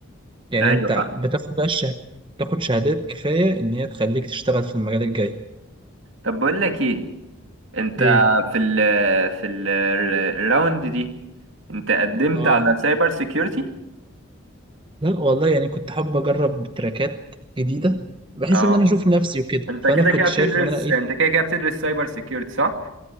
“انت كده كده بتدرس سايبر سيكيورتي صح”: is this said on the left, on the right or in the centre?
Right